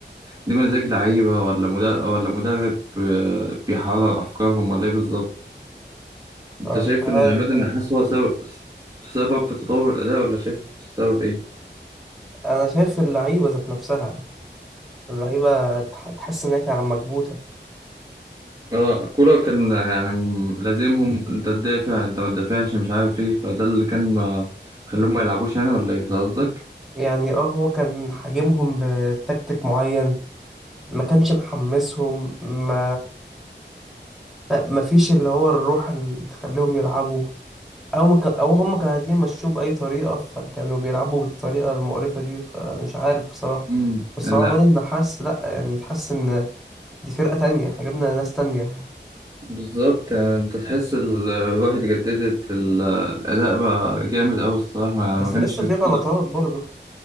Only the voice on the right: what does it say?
دي مزاج لعيبه ولا مدرب ولا مدرب آه، بيحرر افكارهم ولا ايه بالظبط انت
شايف
ان عماد النحاس هو سبب سبب في تطور الاداء ولا شايف سبب ايه
اه كولر كان يعني م- لازمهم انت تدافع انت ما تدافعش مش عارف ايه فده اللي كان ما خلوهم ما يلعبوش يعني ولا ايه ده قصدك
امم
لا
بالظبط يعني انت تحس ال- الروح اتجددت ال- الاداء بقى جامد قوي الصراحه ما- يعني
ما كانش
كده